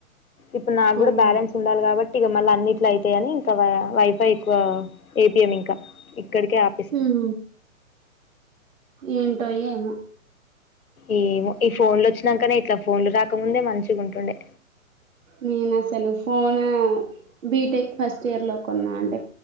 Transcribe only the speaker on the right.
అవునా!
హు ఏంటోయ ఏమో
నేను అసలు ఫోన్ బీటెక్ ఫస్ట్ ఇయర్ లో కొన్నా అంటే